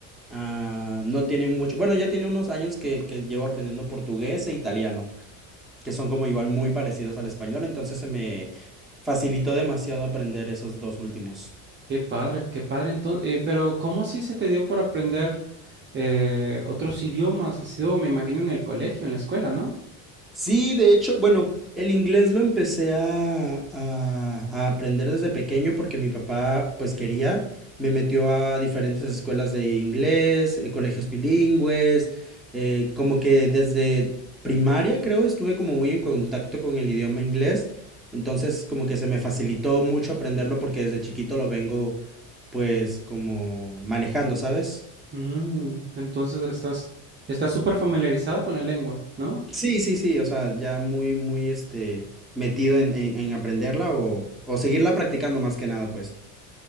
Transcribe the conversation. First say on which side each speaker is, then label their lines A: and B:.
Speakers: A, in the centre; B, on the right.
A: Ah, no tiene mucho, bueno, ya tiene unos años que, que llevo aprendiendo portugués e italiano, que son como igual muy parecidos al español, entonces se me facilitó demasiado aprender esos dos últimos.
B: Qué padre, qué padre. Entonces, eh, pero ¿cómo así se te dio por aprender eh, otros idiomas? Ha sido, me imagino, en el colegio, en la escuela, ¿no?
A: Sí, de hecho, bueno, el inglés lo empecé a, a- a aprender desde pequeño porque mi papá, pues quería, me metió a diferentes escuelas de inglés, eh, colegios bilingües, eh, como que desde primaria creo estuve como muy en contacto con el idioma inglés, entonces como que se me facilitó mucho aprenderlo porque desde chiquito lo vengo pues como manejando, ¿sabes?
B: Mm, entonces estás, estás súper familiarizado con la lengua, ¿no?
A: Sí, sí, sí, o sea, ya muy, muy, este, metido en, en- en aprenderla o, o seguirla practicando más que nada, pues.